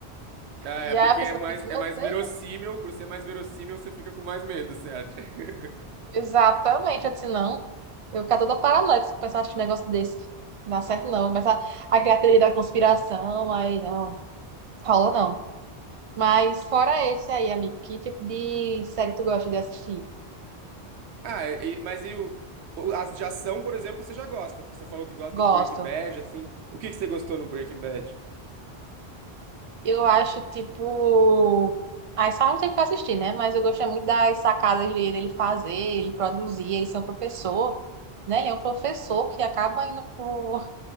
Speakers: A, on the right; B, on the right.
A: É,
B: E
A: porque
B: aí a pessoa
A: é mais,
B: fica, meu
A: é mais
B: Deus,
A: verossímil, por ser mais verossímil, você fica com mais medo, você acha? <laughs>
B: exatamente, eu disse, não. Eu ficar toda paranoica se começar a assistir um negócio desse. Não dá certo, não. Começa a criar teoria da conspiração, aí não. Rola, não. Mas fora esse aí, amigo, que tipo de série tu gosta de assistir?
A: Ah, e- mas e o, o- as de ação, por exemplo, você já gosta, porque você falou que gosta
B: Gosto.
A: de Breaking Bad, assim. O que que você gostou no Breaking Bad?
B: Eu acho, tipo... Aí só não tem que assistir, né? Mas eu gostei muito das sacadas dele dele fazer, ele produzir, ele ser um professor, né? Ele é um professor que acaba indo por,